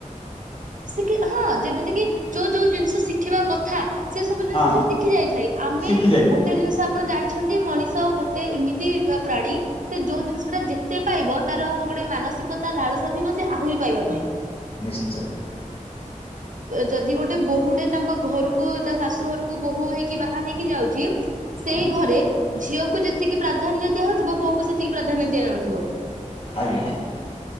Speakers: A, on the right; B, on the left.
A: ଶିକି ହଁ ଯେମିତି କି ଯୋଉ ଯୋଉ ଜିନିଷ ଶିକି ଥିବା କ ଥା ସେ ସବୁ ଜିନିଷ
B: ହଁ
A: ସେ ଶିଖି ଯାଇଥାଏ ଆମେ
B: ଶିଖି ଯାଇଥାଏ
A: ଗୋଟେ ଜିନିଷ ଆପଣ ଜାଣିଛନ୍ତି ମଣିଷ ଗୋଟେ ଏମିତି ପ୍ରାଣୀ ସେ ଯଉ ଜିନିସଟା ଜେ ସେ ପାଇବ ତାର ଗୋଡେ ମାନସିକତା ଲାଳସା ଥିବ ସେ ଆହୁରି ପାଇବା ପାଇଁ
B: ନିଶ୍ଚୟ
A: ଯଦି ଗୋଟେ ବୋହୁଟେ ତାଙ୍କ ଘରକୁ ତା ଶାଶୁ ଘରକୁ ବୋହୂ ହେଇକି ବାହା ହେଇକି ଯାଉଛି। ସେଇ
B: ଆଜ୍ଞା
A: ଘରେ ଝିଅ ଙ୍କୁ ଯେତିକି ପ୍ରାଧାନ୍ୟ ଦିଆ ହଉ ଥିବ ବୋଉକୁ ସେତିକି ପ୍ରାଧାନ୍ୟ ଦିଆ ଯାଉନଥିବ
B: ଆଜ୍ଞା